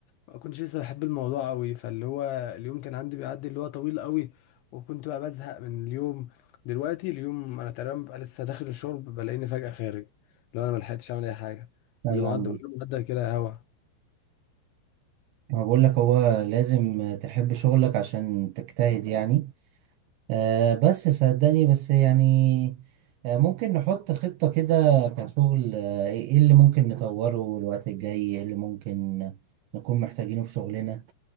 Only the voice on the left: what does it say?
ما كنتش لسه بحب الموضوع قوي فاللي هو اليوم كان عندي بيعدي اللي هو طويل قوي وكنت بقى بزهق من اليوم دلوقتي اليوم انا تقريبا ببقى لسه داخل الشرب بلاقيني فجأة خارج لو انا ما لحقتش اعمل اي حاجه
واليوم عدى
واليوم عدى كده هوا